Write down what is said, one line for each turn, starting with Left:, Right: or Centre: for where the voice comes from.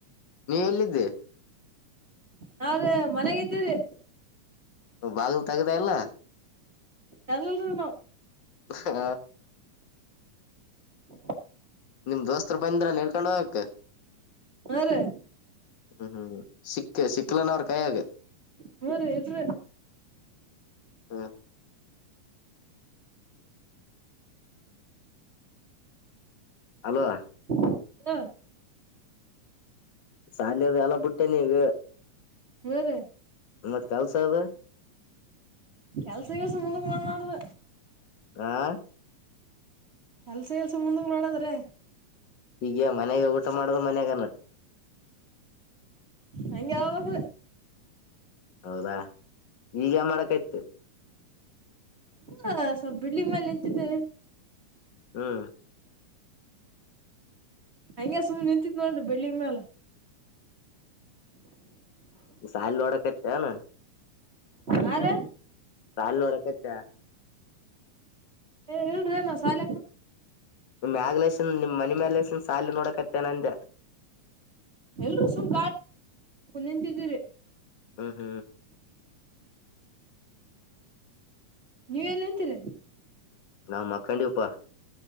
Left: ಎಲ್ಲಿದ್ದಿ
Right: ಹಾವ್ರೆ ಮನಾಗ ಇದಿದ್ದೀರಿ
Left: ಬಾಗಲು ತಗದಾ ಎಲ್ಲ
Right: ಯದಲ್ನ
Left: ಹಾ..
Right: ಹ
Left: ನಿಮ್ ದೋಸ್ತರು ಬಂದ್ರ ನಿಳ್ಕೊಂಡ ಹಕ
Right: ಹೂ ರೀ
Left: ಹ್ಮ್ ಹ್ಮ್ ಸಿಕ್ಕ ಸಿಕ್ಕಲಾನ ಅವ್ರ ಕೈಯಾಗ
Right: ಹ್ಮ ರೀ ಇಲರಿ
Left: ಹ್ಮ. ಅಲೋ
Right: ಹಲೋ
Left: ಶಾಲಯದ ಎಲ್ಲ ಬಿಟ್ಟೆ ನೀಗ
Right: ಹ್ಮ ರೀ
Left: ಮ ಕಲ್ಸದ
Right: ಕೆಲ್ಸ ಕೆಲ್ಸ ಮುಂದ ಮಾಡ ಮಾಡ್ದ
Left: ಆ
Right: ಎಲ್ಸ ಎಲ್ಸ ಮುಂದಂಗ ಮಾಡಡದ್ರ
Left: ಈಗ ಮನ್ಯಾಗ ಊಟ ಮಾಡದ ಮನ್ಯಾಗಾನ
Right: ಹಂಗಗೆ ಯಾವಾಗ
Left: ಹೌದಾ ಈಗ ಮಾಡಕಯ್ತು
Right: ಹ ಸ್ವಲ್ಪ ಬಿಡ್ಲಿ ಮೇಲೆ ನಿಂತಿದ್ದಾರೆ
Left: ಹ್ಮ್..
Right: ಹಂಗೆ ಸುಮ್ ನಿಂತಿತ್ ನೋಡ್ರಿ ಬೆಳ್ಳಿ ಮ್ಯಾಲ
Left: ಸಾಯಿಲ್ ನೋಡಕ ಇತೆನ
Right: ಹದ
Left: ಸಾಲೂರ ಕಚ
Right: ಏ ಹೇಳ್ರಿ ನ ಶಾಲ
Left: ನಿಮ್ಮ್್ಯಾಗಲೆನ್ ನಿಮ್ ಮನೆ ಮ್ಯಾಲಲೆ ಹೆಸನ್ ಸಾಲ ನೋಡಕತ್ತೇನ ಅಂದ
Right: ಎಲ್ರುೂ ಸುಮ್ ನಿತಿದ್ದೀರಿ
Left: ಹ್ಮ್
Right: ನೀವ ಎಲ್ಲಂತೀರಿ
Left: ನಾವು ಮಕ್ಕಂಡಿಪ್ಪಾ